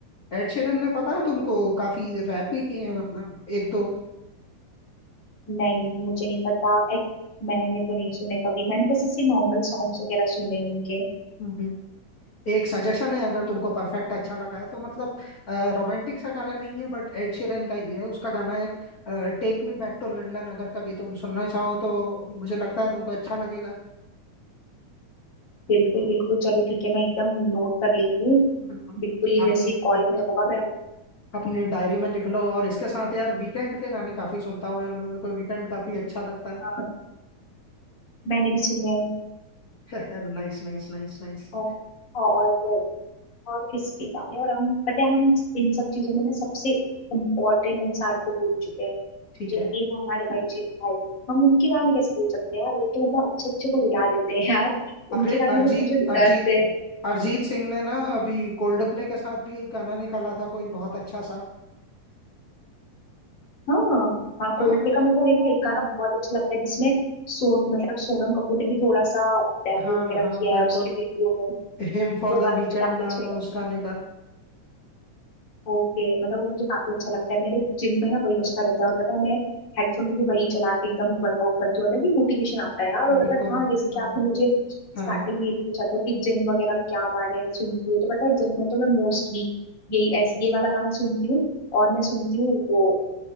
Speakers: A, on the left; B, on the left.
A: एड शीरन ने पता है तुमको काफी रैप भी किए हैं मतलब एक दो
B: नहीं मुझे नहीं पता एक, मैंने तो नहीं सुने कभी मैंने बस इसके नॉर्मल सॉन्ग्स वगैरह सुने हैं उनके
A: हम्म, एक सजेशन है अगर तुमको परफेक्ट अच्छा लगा है तो मतलब रोमांटिक सा गाना नहीं है बट एड शीरन का ही है उसका गाना है take me back to London अगर कभी तुम सुनना चाहो तो मुझे लगता है तुमको अच्छा लगेगा
B: बिल्कुल बिल्कुल चलो ठीक है मैं एकदम नोट कर लेती हूँ
A: बिल्कुल
B: बिल्कुल ये
A: आपने
B: जैसे कॉल
A: आपने
B: खत्म होगा मैं
A: अपनी डायरी में लिख लो और इसके साथ यार वीकेंड के गाने काफी सुनता हूँ यार मेरे मेरे को वीकेंड काफी अच्छा लगता
B: अ, मैंने भी सुने हैं।
A: है <laughs> Nice nice nice nice
B: औ- और और किसके गाने और हम पता है हम इन सब चीजों में ना सबसे इम्पोर्टेंट इंसान को भूल चुके हैं
A: ठीक
B: जो
A: है
B: कि है हमारे अरिजीत भाई हम उनके गाने कैसे भूल सकते हैं यार वो तो मतलब अच्छे अच्छे को रुला देते हैं यार
A: अरे
B: उनके गानों
A: अरिजीत
B: में तो जो दर्द
A: अरिजीत
B: है
A: अरिजीत सिंह ने ना अभी कोल्ड प्ले के साथ भी एक गाना निकाला था कोई बहुत अच्छा सा
B: हाँ हाँ कोल्टे
A: हाँ हाँ
B: का मेरे को ये ना एक गाना बहुत अच्छा लगता है जिसमें सोन मतलब सोनम कपूर ने भी थोड़ा सा डेब्यू
A: हाँ
B: वगैरह
A: हाँ
B: किया
A: बिल्कुल
B: है उसकी वीडियो में
A: हिम फॉर
B: वो
A: द
B: गाना
A: वीकेंड
B: मुझे काफी
A: नाम
B: अच्छा
A: है उस
B: है
A: गाने का
B: ओके मतलब वो मुझे काफी अच्छा लगता है मेरे जिम में ना वही बजता रहता है और पता है मैं हेडफोन में भी वही चला के एकदम वर्कआउट करती हूँ अलग ही मोटिवेशन आता है यार और
A: बिल्कुल
B: अगर हाँ जैसे कि
A: हाँ
B: आपने मुझे स्टार्टिंग
A: हाँ हाँ
B: में ये भी पूछा था कि जिम वगैरह में क्या गाने सुनती हूँ तो पता है जिम में तो मैं मोस्टली यही ऐसे ये वाला गाना सुनती हूँ और मैं सुनती हूँ वो